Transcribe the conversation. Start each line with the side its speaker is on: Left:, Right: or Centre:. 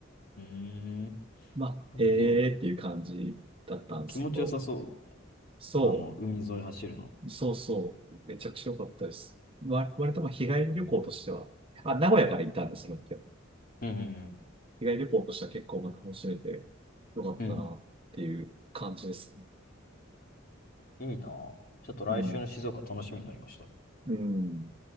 Left: うん。うーん。
Right: まあ、
Left: でもいいね。
Right: えーっていう感じだったんですけど、
Left: 気持ちよさそう。
Right: そ
Left: あの、海沿い走るの。
Right: う、そうそう、めちゃくちゃ良かったです。わ、割とまあ日帰り旅行としては、
Left: うん
Right: あ、名古屋から行ったんです、その時は。
Left: うんうん。
Right: 日帰り旅行としては結構まあ楽しめて良かったなっていう感じですね。
Left: うん。いいなぁ。ちょっと来週の静岡楽しみになりました。
Right: うん。うん。